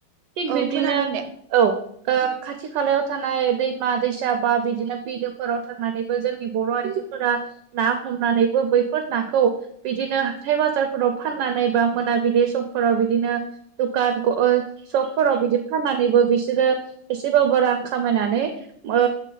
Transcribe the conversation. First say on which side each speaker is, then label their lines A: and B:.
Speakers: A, on the right; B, on the right.
A: थिग
B: औ
A: बिबदिनो
B: खोनादों दे
A: औ खाथि खालायाव थानाय दैमा दैसा बा बिदिनो बिलोफोराव थानानै जोंनि बर' आइजोफोरा ना हमनानैबो बैफोर नाखौ बिदिनो हाथाय बाजा बाजारफोराव फाननानै बा मोनाबिलि समफोराव बिदिनो दखानखौ ओ सकफोराव बिदि फाननानैबो बिसोरो एसेबाबो रां खामायनानै ओ